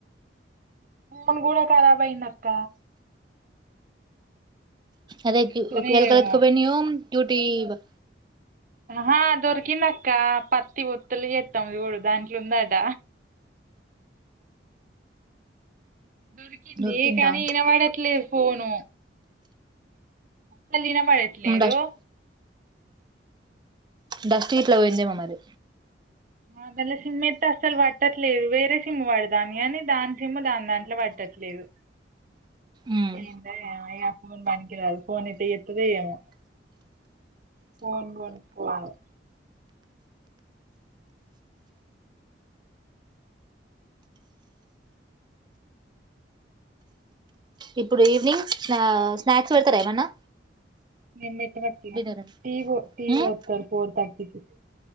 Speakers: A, on the right (about 45°); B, on the right (about 25°).
A: ఫోన్ కూడా కరాబ్ అయిందక్క
B: అదే
A: ఎట్లనే
B: క్యూ ఎల్క
A: ఏమో
B: లేత్తుకపోయియె డ్యూటీ బ
A: అ హా దొరికిందక్క పత్తి ఒత్తులు చెత్తము చుడు దాంట్ల ఉందట దొరికింది
B: దొరికిందా
A: కానీ ఈన పడట్లేదు ఫోను మళ్ళిన పడట్లేదు
B: డస్ట్ డస్ట్ గిట్ల పోయిందేమో మరి
A: అ దంట్ల సిమ్ ఏతే అసలు పట్టట్లేదు వేరే సిమ్ పడుతాంది కాని దాని సిమ్ దాని దాంట్ల పట్టట్లేదు
B: ఉమ్
A: ఏందో ఏమో ఇగ ఆ ఫోన్ పనికిరాదు ఫోన్ ఎట్లా చెత్తదో ఏమో ఫోన్ కొనుక్కోవాలె
B: ఇప్పుడు ఈవినింగ్ స్నా స్నాక్స్ పెడుతరా ఏమన్నా
A: నిన్న పట్టిన
B: డిన్నర్
A: టీ పో టీ
B: ఉమ్
A: పోత్తరు థర్టీ టూ